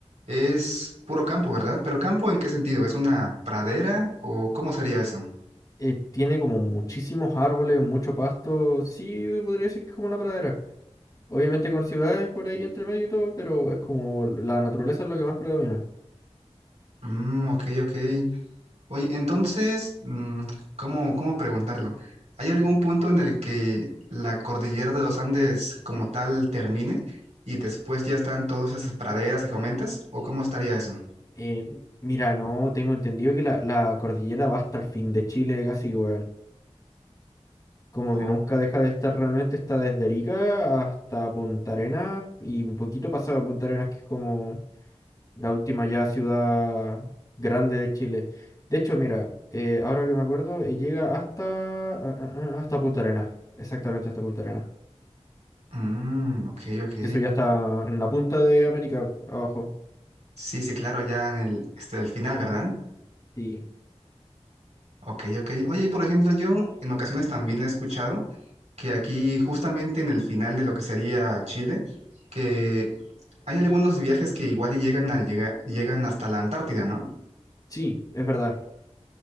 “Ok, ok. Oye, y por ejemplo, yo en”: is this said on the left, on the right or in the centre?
Right